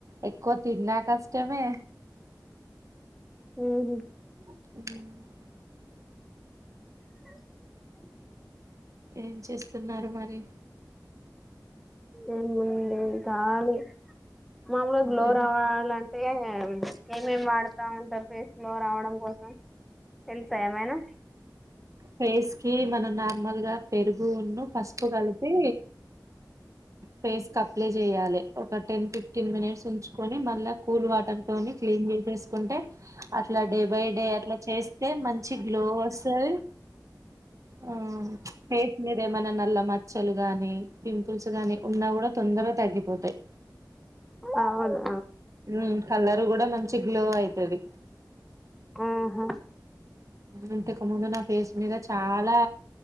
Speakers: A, on the right; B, in the centre.
A: ఎక్కువ తిన్నా కష్టమే,
B: ఉహు
A: <unintelligible>
B: <unintelligible>
A: ఏం చేస్తున్నారు మరి,
B: ఎంలే కావాలి, మాములు
A: అంతేనా
B: గ్లో రావాలంటే ఎం ఎం వాడుతా ఉంటారు ఫేస్ గ్లో రావడం, కోసం తెలుసా ఏమైనా
A: ఫేస్ కి మనం నార్మల్ గా పెరుగును, పసుపు కలిపి ఫేస్ కి అప్లై చెయాలి, ఒక టెన్ ఫిఫ్టీన్ మినిట్స్ ఉంచుకొని మళ్ళా కూల్ వాటర్, కొన్ని క్లీన్ చేసేసుకుంటే, అట్లా డే బై డే అట్లా చేస్తే మంచి గ్లో వస్తాది. ఆ ఫేస్ మీద ఏదైనా నల్ల మచ్చ మచ్చలు గానీ పింపుల్స్ గాని ఉన్నా కూడా తొందరగా తగ్గిపోతాయి.
B: అవునా
A: ఉ కలరు కూడా మంచి గ్లో అవుతది.
B: ఆహా
A: ఇంతకు ముందు నా ఫేస్ మీద చాలా